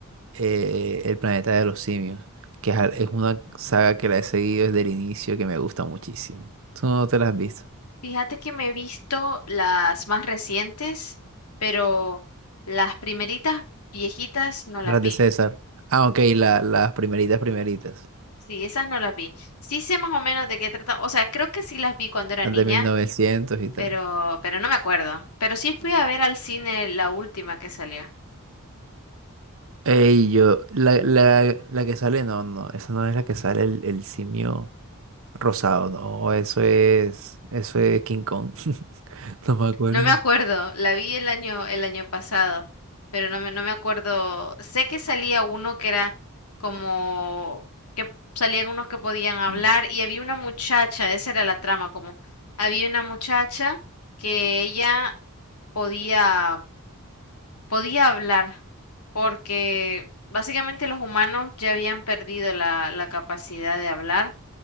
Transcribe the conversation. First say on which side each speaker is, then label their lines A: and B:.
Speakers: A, on the right; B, on the left.
A: eh, el planeta de los simios, que es, al- es una saga que la he seguido desde el inicio que me gusta muchísimo. ¿Tú no te las has visto?
B: Fíjate que me he visto las más recientes, pero las primeritas viejitas no las
A: ¿No Las
B: vi.
A: de César. Ah, ok, la- las primeritas, primeritas,
B: Sí, esas no las vi. Sí sé más o menos de qué trata. O sea, creo que sí las vi cuando era
A: las
B: niña,
A: de ¿Cuál es 1900 y tal.
B: pero, pero no me acuerdo. Pero sí fui a ver al cine la última que salió.
A: Ey, yo, la, la, la que sale, no, no, esa no es la que sale el, el simio. Rosado, no, eso es, eso es King Kong. <laughs> No me acuerdo.
B: No me acuerdo, la vi el año, el año pasado, pero no me, no me acuerdo. Sé que salía uno que era como que salían unos que podían hablar
A: Mm.
B: y había una muchacha, esa era la trama, como había una muchacha que ella podía, podía hablar porque básicamente los humanos ya habían perdido la, la capacidad de hablar